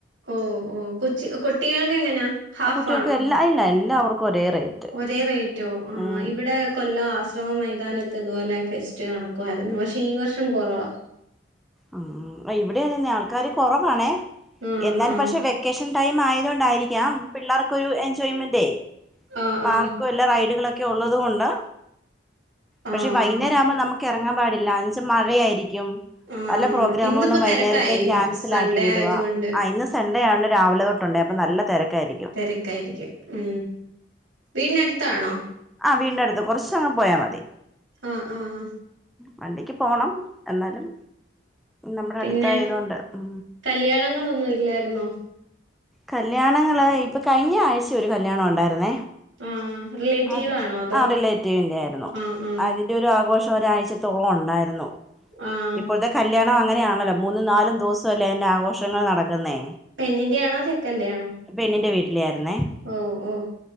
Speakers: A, on the right (about 85°); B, in the centre.
A: ഓഹ് ഓഹ് കൊച്ച് കൊട്ടികൾക്ക് എങ്ങന ഹാഫ്
B: കുട്ടികൾക്ക്
A: ആണോ
B: എല്ലാ ഇല്ല എല്ലാവർക്കും ഒരേ റേറ്റ്
A: ഒരേ റേറ്റോ ആഹ്
B: ഉം.
A: ഇവിടെ കൊല്ല ആശ്രമ മൈതാനത്ത് ഇതുവോലെ ഫെസ്റ്റ് നടക്കുവായിരുന്നു പക്ഷെ ഈ വർഷം കൊറവ
B: ആഹ് അഹ് ഇവിടെയതന്നെ ആൾക്കാർ കുറവാണേ
A: ആഹ്
B: എന്നാലും
A: ആഹ്
B: പക്ഷെ വെക്കേഷൻ ടൈം ആയതൊണ്ടായിരിക്കാം പിള്ളേർക്കൊ ഒരു എൻജോയ്മെന്റേ
A: ആഹ്
B: പാർക്കും
A: ആഹ്
B: എല്ലാ റൈഡുകളൊക്കെ ഉള്ളത് കൊണ്ട്
A: ആഹ്
B: പക്ഷെ വൈന്നേരം ആകുമ്പോ നമുക്ക് ഇറങ്ങാൻ പാടില്ല എന്ന വെച്ചൽ മഴയായിരിക്കും
A: ആഹ്
B: പല പ്രോഗ്രാമുകളും
A: ഇന്നിപ്പോ
B: വൈകുന്നേരത്തെ
A: തെരക്കായിരിക്കും.
B: ക്യാൻസൽ
A: സൺഡേ
B: ആക്കി വിടവാ
A: ആയതുകൊണ്ട്
B: അയ്ന് സൺഡേ ആയണ്ട്‌ രാവിലെ തൊട്ടുണ്ട് അപ്പ നല്ല തിരക്കായിരിക്കും.
A: തിരക്കായിരിക്കും ഉ വീടിനടുത്താണോ
B: ആഹ് വീട്ടിന്റെ അടുത്ത് കുറച്ചങ്ങട് പോയാ മതി
A: ആഹ് ആഹ്
B: വണ്ടിക്ക് പോണം എന്നാലും നമ്മുടെ
A: പിന്നെ
B: അടുത്തായത് കൊണ്ട് ഉ
A: കല്യാണങ്ങളൊന്നും ഇല്ലായിരുന്നോ
B: കല്യാണങ്ങള് ഇപ്പോ കഴിഞ്ഞആഴ്ച ഒരു കല്യാണം ഉണ്ടായിരുന്നേ
A: ആഹ് റിലേറ്റീവാണോ
B: അതെ
A: അതോ
B: ആ റിലേറ്റീവിന്റെ ആയിരുന്നു
A: ആഹ് ആഹ്
B: അ യ്ന്റൊരു ആഘോഷം ഒരാഴ്ചത്തോളം ഉണ്ടായിരുന്നു
A: ആഹ്
B: ഇപ്പോഴത്തെ കല്ല്യാ ണം അങ്ങനെയാണല്ലോ മൂന്നും നാലും ദിവസം അല്ലേ അയ്ന്റെ ആഘോഷങ്ങൾ നടക്കുന്നേ
A: പെണ്ണിന്റെയാണോ? ചെക്കന്റെയാണോ?
B: പെണ്ണിന്റെ വീട്ടിലേ ആയിരുന്നേ
A: ഉം ഉം